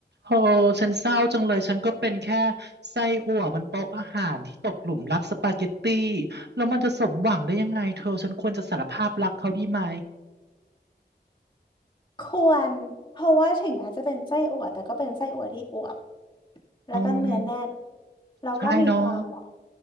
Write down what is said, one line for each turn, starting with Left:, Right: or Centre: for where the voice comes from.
Right: โอ้ฉันเศร้าจังเลย ฉันก็เป็นแค่ไส้อั่วบนโต๊ะอาหารที่ตกหลุมรักสปาเกตตี้แล้วมันจะสมหวังได้ยังไงเธอ ฉันควรจะสารภาพรักเขาดีไหม
Left: ควรเพราะว่าถึงแม้จะเป็นไส้อั่วแต่ก็เป็นไส้อั่วที่อวบแล้วก็เนื้อแน่น
Right: อืม
Left: แล้วก็มีความแบบ
Right: ใช่เน้อง